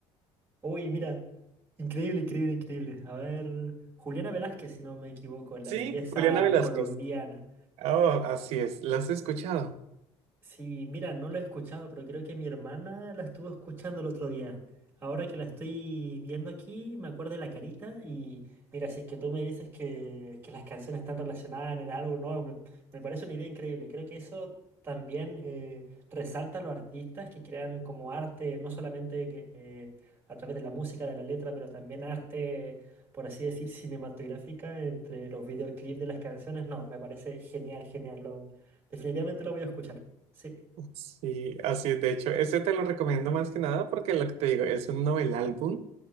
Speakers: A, on the right; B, on the right.
A: Uy, mira, increíble, increíble, increíble. A ver, Juliana Velázquez, si no me equivoco, la
B: Sí,
A: belleza
B: Juliana Velázquez.
A: colombiana.
B: Oh, así es, las has escuchado?
A: Sí, mira, no lo he escuchado, pero creo que mi hermana la estuvo escuchando el otro día. Ahora que la estoy viendo aquí, me acuerdo de la carita y mira, si es que tú me dices que, que las canciones están relacionadas en algo, no, me, me parece una idea increíble. Creo que eso también eh, resalta a los artistas que crean como arte, no solamente que, eh, a través de la música, de la letra, pero también arte, por así decir, cinematográfica entre los videoclips de las canciones. No, me parece genial, genial. Lo, definitivamente lo voy a escuchar. Sí.
B: Sí, así es. De hecho, ese te lo recomiendo más que nada porque lo que te digo es un novel álbum